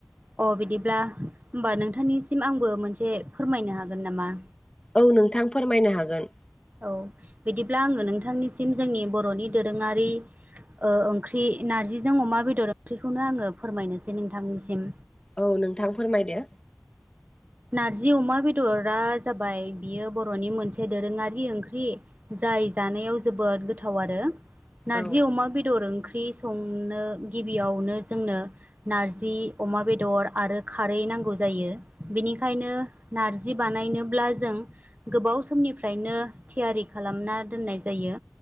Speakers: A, on the right; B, on the left.
A: अ बिदिब्ला होमबा नोंथांनिसिम आंबो मोनसे फोरमायनो हागोन नामा?
B: औ नोंथां फोरमायनो हागोन।
A: औ बिदिब्ला आङो नोंथांनिसिम जोंनि बर'नि दोरोङारि ओ ओंख्रि नारजिजों अमा बेदर ओंख्रिखौनो आङो फोरमायनोसै नोंथांनिसिम।
B: औ नोंथां फोरमायदो।
A: औ दे दे नारजि अमा बेदरा जाबाय बियो बर'नि मोनसे दोरोङारि ओंख्रि जाय जानायाव जोबोद गोथाव आरो। नारजि
B: औ
A: अमा बेदर ओं ख्रि संनो गिबियावनो जोंनो नारजि अमा बेदर आरो खारै नांगौ जायो। बेनिखायनो नारजि बानायनोब्ला जों गोबाव समनिफ्रायनो थियारि खा खालामना दोननाय जायो।